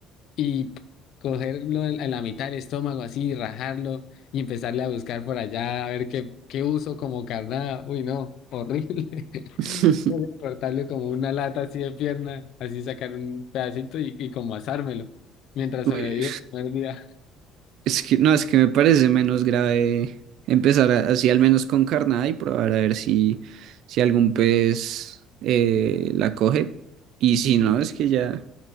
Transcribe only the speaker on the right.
<laughs>
Uy.
Es que, no, es que me parece menos grave empezar a- así al menos con carnada y probar a ver si, si algún pez eh, la coge. Y si no, es que ya,